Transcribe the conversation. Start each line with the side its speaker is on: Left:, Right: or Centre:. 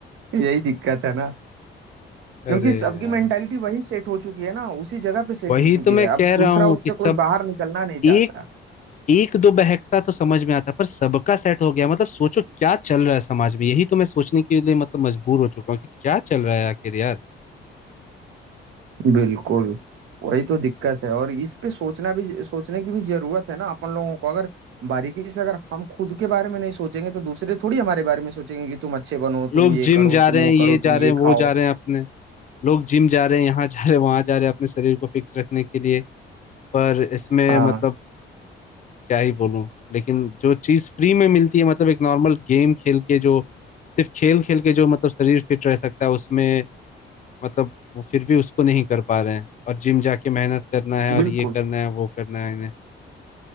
Right: यही दिक्कत है ना
Left: अरे
Right: क्योंकि सबकी
Left: यार
Right: मेंटालिटी वही सेट हो चुकी है ना उसी जगह पे सेट
Left: वही
Right: हो चुकी
Left: तो मैं
Right: है
Left: कह
Right: अब
Left: रहा
Right: दूसरा
Left: हूँ
Right: उससे
Left: कि सब
Right: कोई बाहर निकलना नहीं
Left: एक
Right: चाहता
Left: एक दो बहकता तो समझ में आता पर सबका सेट हो गया मतलब सोचो क्या चल रहा है समाज में यही तो मैं सोचने के लिए मतलब मजबूर हो चुका हूँ कि क्या चल रहा है आखिर यार
Right: बिल्कुल वही तो दिक्कत है और इस पे सोचना भी सोचने की भी जरूरत है ना अपन लोगों को अगर बारीकी से अगर हम खुद के बारे में नहीं सोचेंगे तो दूसरे थोड़ी हमारे बारे में सोचेंगे कि तुम अच्छे बनो
Left: लोग
Right: तुम ये
Left: जिम
Right: करो
Left: जा
Right: तुम
Left: रहे
Right: वो
Left: हैं ये
Right: करो
Left: जा
Right: तुम ये
Left: रहे हैं वो
Right: खाओ
Left: जा रहे हैं अपने लोग जिम जा रहे हैं यहाँ जा रहे हैं वहां जा रहे हैं अपने शरीर को फिक्स रखने के लिए पर इसमें
Right: हाँ
Left: मतलब क्या ही बोलूं लेकिन जो चीज फ्री में मिलती है मतलब एक नॉर्मल गेम खेल के जो सिर्फ खेल खेल के जो मतलब शरीर फिट रह सकता है उसमें मतलब वो फिर भी उसको नहीं कर पा रहे हैं और जिम जाके मेहनत करना है
Right: बिल्कुल
Left: और ये करना है वो करना है इन्हें